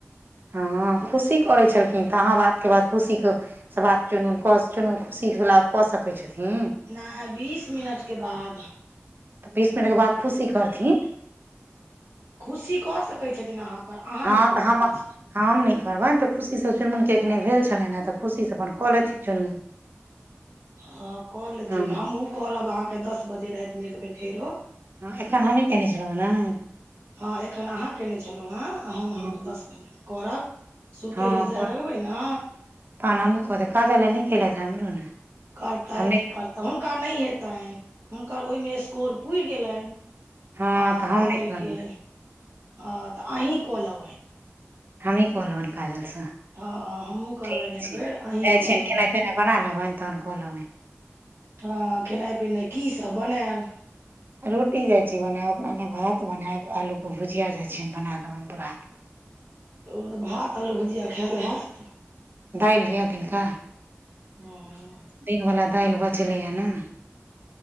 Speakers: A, on the right; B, on the right.
A: हँ खुशी करै छलखिन तऽ अहाँ बातके बात खुशीके से बात चुनू, चुनू खुशी वला कऽ सकैत छथिन।
B: नहि बीस मिनटके बाद।
A: बीस मिनटके बाद खुशी करथिन।
B: खुशी कऽ सकैत छथिन अहाँ पर अहाँ
A: हँ
B: नहि कऽ
A: तऽ हम
B: सकैत छी
A: हम नहि करबनि तऽ खुशीसँ चुनमुनके एखने भेल छलनि हँ तऽ खुशीसँ अपन कऽ लथिन चुनमुन।
B: हँ कऽ लेथिन
A: हँ
B: हमहुँ करब अहाँके दस बजे रातिमे एक बेर फेरो।
A: हँ एखन हमहीँ कयने छलहुँ हँ ने।
B: हँ एखन अहाँ कने छलहुँ हेँ, हम अहाँके
A: ने
B: दस बजेमे करब। सुतय
A: हँ
B: लए जाय लगबै ने
A: तहन हमु क देबय काजल आइ नहिे केलत हमरो ने।
B: करतथि
A: तऽ हम नहि
B: करता हुनका नहि हेतनि हुनकर ओहिमे स्कोर पुरि गेलनि
A: हँ
B: आ
A: तऽ
B: काजल
A: हम नहि करबै
B: के ह तऽ अहीं कऽ लेबैन।
A: हमही कऽ लेबनि काजल सँ।
B: ह हमहुँ करबनि
A: ठीक
B: एक
A: छै
B: बेर अहीं
A: जाइ
B: कऽ
A: छियनि
B: लेबनि
A: खेनाइ तेनाइ बना लेबनि तहन कऽ लेबनि।
B: हँ खेनाइ पिनाइ की सब बनायब?
A: रोटी जाइ छी बनेएब अपना लए भात बनाएब आलूके भुजिया जाइ छियनि बना देबनि बुरहा ले।
B: ओ भात आलू भुजिया खायल हेएत?
A: दालि यऽ दिनका
B: हँ
A: दिन बाला दालि बचले य नै,